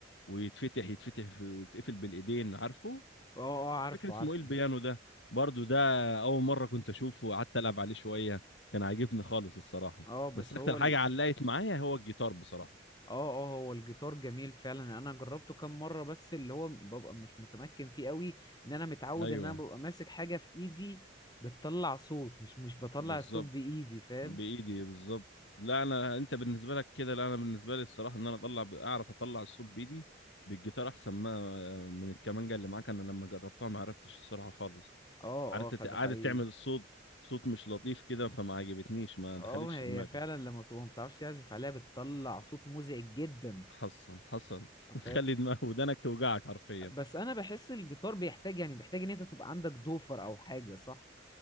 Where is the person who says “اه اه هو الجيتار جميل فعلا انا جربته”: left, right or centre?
Left